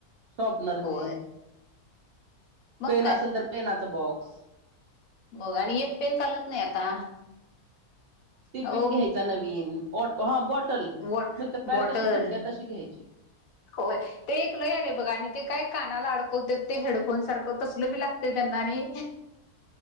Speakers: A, on the right; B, on the left.
A: शॉर्पनरचे
B: होय मग
A: पेन असेल तर पेनाच बॉक्स
B: बघ आणि एक पेन चालत नाही आता
A: टिफिन
B: अहो
A: घ्यायचा नवीन बॉट हा बॉटल
B: वॉट
A: मित्रांने
B: बॉटल
A: कशी घेतली तशी घ्यायची
B: होय ते एक लय आले बघा आणि ते काय कानाला अडकवते ते हेडफोन सारखं तसल बी लागते त्यांना आणि